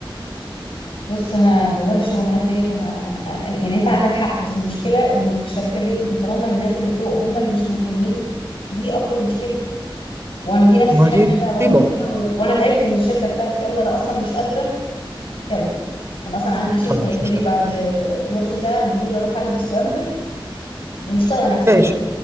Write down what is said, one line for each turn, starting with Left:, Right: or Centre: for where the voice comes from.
Left: بص انا والله الشغلانات ديت انا يعني انت عندك حق بس المشكله انه في الشركات ديت ان طالما الناس اللي فوق هم اللي مش مهتمين دي اكبر مشكله وانا دي نفس
Right: ما
Left: الحاجه
Right: دي
Left: اللي
Right: دي
Left: انا
Right: مصيبة
Left: بمر فيها و... وانا تعبت من الشركه بتاعتي يلا انا اصلا مش قادره يلا انا اصلا عندي شيفت
Right: يلا
Left: هيبتدي
Right: مش مشكلة
Left: بعد نص ساعه المفروض اروح البس وانزل ومش طايقه نفسي
Right: ماشي
Left: برضه